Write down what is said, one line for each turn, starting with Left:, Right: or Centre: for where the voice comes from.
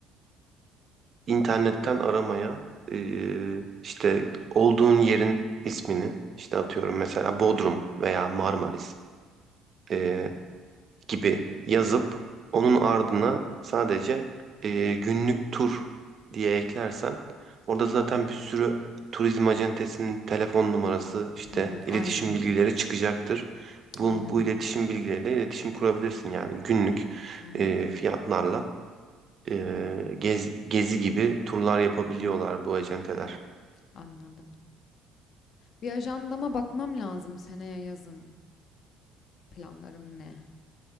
Right: internetten aramaya e, işte olduğun yerin ismini işte atıyorum mesela Bodrum veya Marmaris e, gibi yazıp onun ardına sadece e, günlük tur diye eklersem orada zaten bir sürü turizm acentesinin telefon numarası işte
Left: Hmm, aynen.
Right: iletişim bilgileri çıkacaktır.
Left: Aynen.
Right: Bu, bu iletişim bilgileriyle iletişim kurabilirsin yani günlük
Left: Anladım.
Right: e, fiyatlarla. e,
Left: Hmm,
Right: gez- gezi gibi turlar yapabiliyorlar bu acenteler.
Left: anladım. Bir ajandama bakmam lazım seneye yazın planlarım ne?